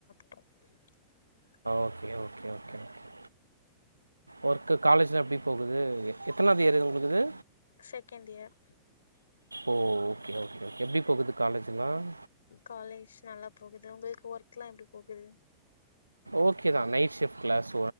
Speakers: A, on the left; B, on the right.
A: <unintelligible>
B: ஓகே ஓகே ஓகே ஓகே ஒர் க்கு காலேஜ்லாம் எப்படி போகுது எத்தனாவது இயர் இது உங்களுக்கு
A: second year
B: oh okay okay okay எப்படி போகுது காலேஜ்லாம்
A: காலேஜ் நல்லா போகுது உங்களுக்கு ஒர்க் எல்லாம் எப்படி போகுது
B: ஓகே தான் நைட் ஷிப் கிளாஸ்